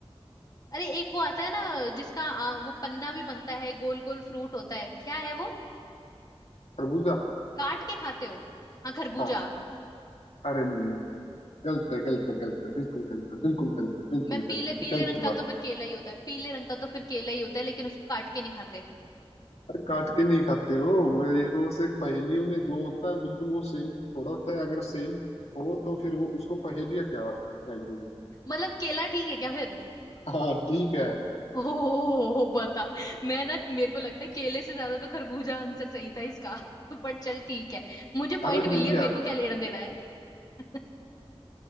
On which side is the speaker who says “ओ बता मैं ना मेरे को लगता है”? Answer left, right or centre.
Left